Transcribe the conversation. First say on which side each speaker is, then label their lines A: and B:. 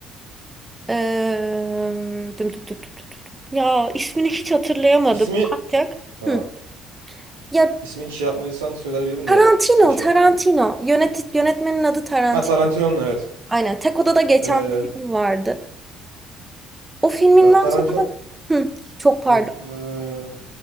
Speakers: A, on the right; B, on the right.
A: Eee, düm düm düm düm düm düm. Ya ismini hiç hatırlayamadım.
B: İsmi
A: Ancak
B: ha
A: Hı. Ya
B: ismi şey yapmadıysan söyleyebilirim
A: Tarantino,
B: de ismi şey
A: Tarantino.
B: yap- e.
A: Yönet yönetmenin adı Tarantino.
B: Ha Tarantino evet.
A: Aynen. Tek odada geçen
B: E,
A: bir film vardı. O filminden
B: ya Tarantino
A: sonra Hı, çok pardon.
B: e, e,